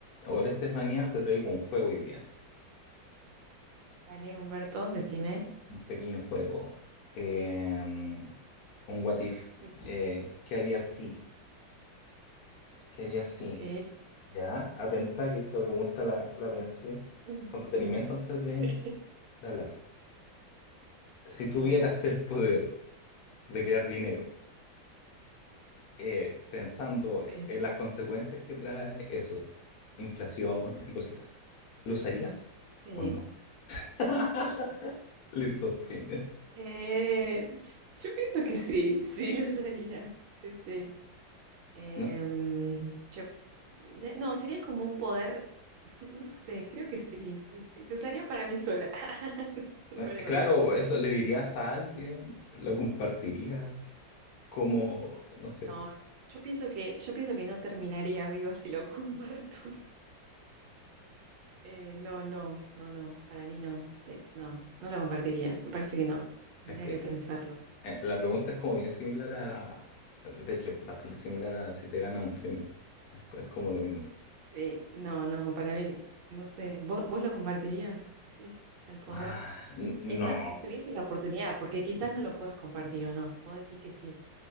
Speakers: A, on the left; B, on the right.
A: Hola Estefanía, te traigo un juego hoy día,
B: Vale, Humberto, decime.
A: un pequeño juego, em, un what if.
B: <laughs>
A: eh, ¿qué haría si? ¿Qué haría si?
B: Ok.
A: Ya, atenta que esta pregunta la, la pensé
B: Mm.
A: con detenimiento antes
B: Sí.
A: de, de hablar. Si
B: Ok.
A: tuvieras el poder de crear dinero, eh, pensando
B: Sí.
A: en las consecuencias que trae eso, inflación y cositas, ¿lo usarías
B: Sí.
A: o no? <laughs> Listo, fin.
B: Eh, yo pienso que sí, sí lo usaría. Sí, sí. Em,
A: <laughs>
B: yo- ne- no, sería como un poder, <laughs> no sé, creo que sí, sí, sí. Lo usaría para mí sola. <laughs> Súper
A: Eh,
B: egoísta.
A: Claro, eso le dirías a alguien, lo compartirías, como, no sé,
B: No, yo pienso que, yo pienso que no terminaría viva si lo <laughs> comparto. Eh, no, no, no, no, para mí no, Te- no, no la compartiría, me parece que no, tendría
A: es que
B: que pensarlo.
A: eh, la pregunta es como bien similar a, de hecho, es bastante similar a si te ganas un premio, es, co- es como lo mismo.
B: Sí, no, no, para mí, que- no sé, ¿vos, vos lo compartirías, decís, al poder?
A: Ah, n- no.
B: Es más, si tuvieses la oportunidad, porque quizás
A: Mm.
B: no lo puedes compartir o no, vos decís que sí,